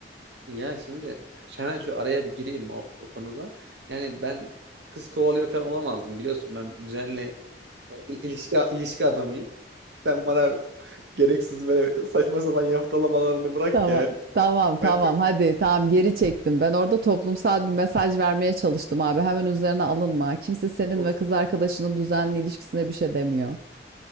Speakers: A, on the right; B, on the right.
A: Ya şimdi hemen şu araya bir gireyim o, o konuda. Yani ben kız kovalıyor falan olamazdım biliyorsun. Ben düzenli il- ilişki ilişki adamıyım. Sen bana gereksiz böyle saçma sapan yaftalamalarını bırak
B: Tamam.
A: yani.
B: Tamam tamam
A: Ben çok
B: hadi tamam geri çektim. Ben orada toplumsal bir mesaj vermeye çalıştım abi. Hemen üzerine alınma. Kimse senin
A: olsun.
B: ve kız arkadaşının düzenli ilişkisine bir şey demiyor.